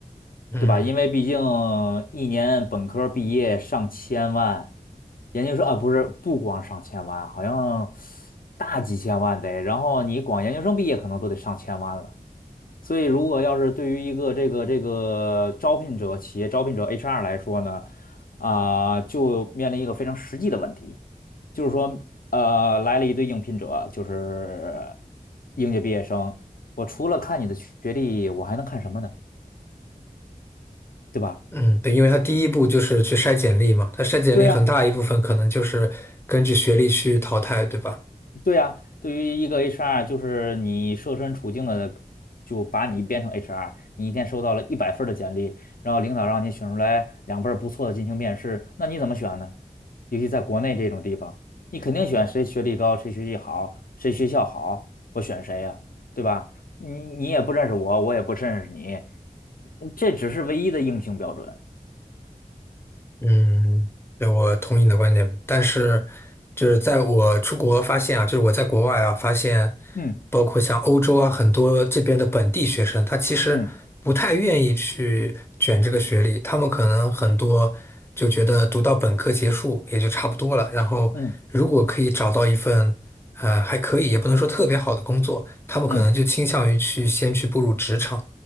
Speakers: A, on the left (about 15°); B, on the left (about 75°).
A: 嗯。
B: 对吧？因为毕竟一年本科毕业上千万，研究生啊，不是，不光上千万，好像大几千万得，然后你光研究生毕业可能都得上千万了。所以，如果要是对于一个这个这个招聘者、企业招聘者 HR 来说呢，啊、就面临一个非常实际的问题，就是说，呃，来了一堆应聘者，就是应届毕业生，我除了看你的学历，我还能看什么呢？对吧？
A: 嗯，对，因为他第一步就是去筛简历嘛，他筛简历很大一部分可能就是根据学历去淘汰，
B: 对呀，
A: 对吧？
B: 对呀，对于一个 HR，就是你设身处境的就把你变成 HR，你一天收到了一百份儿的简历，然后领导让你选出来两份儿不错的进行面试，那你怎么选呢？尤其在国内这种地方，你肯定选谁学历高，谁学习好，谁学校好，我选谁呀，对吧？你你也不认识我，我也不认识你，这只是唯一的硬性标准。
A: 嗯，对，我同意你的观点，但是就是在我出国发现啊，就是我在国外啊发现，
B: 嗯
A: 包括像欧洲啊，很多这边的本地学生，他其实不太愿意去卷这个学历，
B: 嗯
A: 他们可能很多就觉得读到本科结束也就差不多了，然后如果可以找到一份呃还可以，
B: 嗯
A: 也不能说特别好的工作，他们可能就倾向于去先去步入职场。
B: 嗯